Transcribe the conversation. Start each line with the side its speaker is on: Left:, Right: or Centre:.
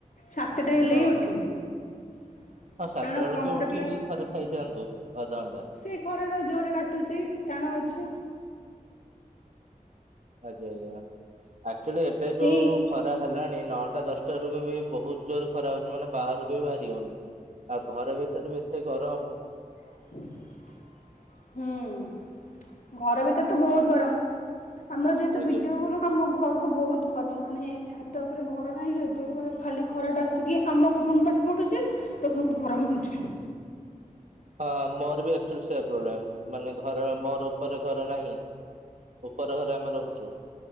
Left: ସାତଟା ହେଲେ
Right: ଓହୋ
Left: ହିଁ ଉଠିବି କାରଣ
Right: ହଁ ସାତଟା ବେଳକୁ
Left: କମ୍ପ୍ୟୁଟର
Right: ଉଠିବି
Left: କ୍ଲାସ
Right: ଖରା ଖାଇଯାଆନ୍ତୁ। ଅଧଘଣ୍ଟା
Left: ସେ ଖରା ଟା ଜୋରେ କାଟୁଛି ଟାଣ ଅଛି।
Right: ଆଜ୍ଞା ଆଜ୍ଞା ଆକ୍ଚୁଆଲି ଏବେ
Left: ସେଇ
Right: ଯୋଉ ଖରା ହେଲାଣି ନଅଟା ଦଶଟା ରୁ ବି ବହୁତ ଜୋର ଖରା ହଉଛି ମାନେ ବାହାରକୁ ବି ବାହାରି ହଉନି। ଆଉ ଘର ଭିତରେ ବି ଏତେ ଗରମ
Left: <inaudible> ହୁଁ ଘର ଭିତରେ ତ ବହୁତ ଗରମ। ଆମର ଯେହେତୁ
Right: ଆଜ୍ଞା
Left: ବିଡିଓରୁ ଆମ ଘରକୁ ବହୁତ ଗରମ ମାନେ ଛା ଛାତ ଉପରକୁ ଘର ନାହିଁ ଯେହେତୁ ମ ଖାଲି ଖରାଟା ଆସିକି ଆମ ରୁମ ପଟୁ ପଢୁଛି। ତ ବହୁତ ଗରମ ହଉଛି!
Right: <unintelligible> ହଁ ମୋର ଆକଚୁଆଲି ସେମ ପ୍ରୋବେଲମ ଘର ମୋର ଉପରେ ଘର ନାହିଁ। ଉପର ଘରେ ଆମେ ରହୁଛୁ।